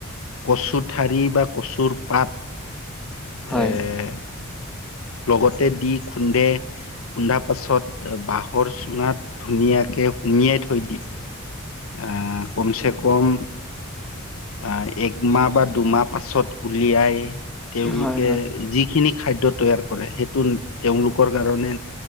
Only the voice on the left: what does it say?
কচু ঠাৰি বা কচুৰ পাত
এ-
লগতে দি খুন্দে। খুন্দা পাছত বাঁহৰ চুঙাত ধুনীয়াকে সুমিয়াই থৈ দিয়ে। আহ' কম-ছেকম- আ', একমাহ বা দুমাহ পাছত উলিয়াই তেওঁলোকে
যিখিনি- খাদ্য তৈয়াৰ কৰে সেইটো তেওঁলোকৰ কাৰণে